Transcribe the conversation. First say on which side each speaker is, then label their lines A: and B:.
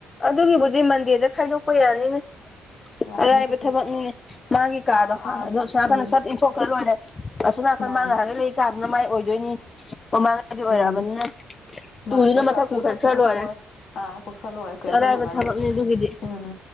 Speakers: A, on the left (about 30°); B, on the left (about 60°).
A: ꯑꯗꯨꯒꯤꯕꯨꯗꯤ ꯃꯟꯗꯦꯗ ꯈꯥꯏꯗꯣꯛꯄ ꯌꯥꯅꯤꯅꯦ
B: ꯌꯥꯅꯤ
A: ꯑꯔꯥꯏꯕ
B: ꯑꯗꯨꯕꯨꯗꯤ
A: ꯊꯕꯛꯅꯤꯅꯦ ꯃꯥꯒꯤ ꯀꯥꯗꯣ
B: ꯃꯥꯅ ꯐꯥꯅ
A: ꯍꯥꯡ ꯑꯗꯣ ꯑꯁꯣꯝꯅꯥꯀꯟꯗ
B: ꯎꯝ
A: ꯁꯠ ꯏꯟꯊꯣꯛꯈ꯭ꯔ ꯂꯣꯏꯔꯦ ꯑꯁꯣ ꯅꯥꯀꯟ
B: ꯃꯥꯅꯦ
A: ꯃꯥ ꯉꯥꯍꯥꯛꯒꯩ ꯂꯩ ꯀꯥꯗꯨꯅ ꯃꯥꯏ ꯑꯣꯏꯗꯣꯏꯅꯤ ꯃꯃꯥꯡꯉꯩꯗꯤ ꯑꯣꯏꯔꯛꯑꯕꯅꯤꯅ
B: ꯎꯝ
A: ꯇꯨꯗꯨꯅ
B: ꯃꯥꯅꯦ ꯑꯗꯩ
A: ꯃꯊꯛ
B: ꯀ꯭ꯂꯥꯁꯇꯨꯁꯨ
A: ꯄꯨꯈꯠꯈ꯭ꯔ
B: ꯐꯠ
A: ꯂꯣꯏꯔꯦ
B: ꯑꯥ ꯄꯨꯈꯠꯈ꯭ꯔ ꯂꯣꯏꯔꯦ ꯀꯩꯝ
A: ꯑꯔꯥꯏꯕ
B: ꯀꯩꯗꯧꯕ
A: ꯊꯕꯛꯅꯤ
B: ꯅꯠꯇꯦ
A: ꯑꯗꯨꯒꯤꯗꯤ
B: ꯎꯝ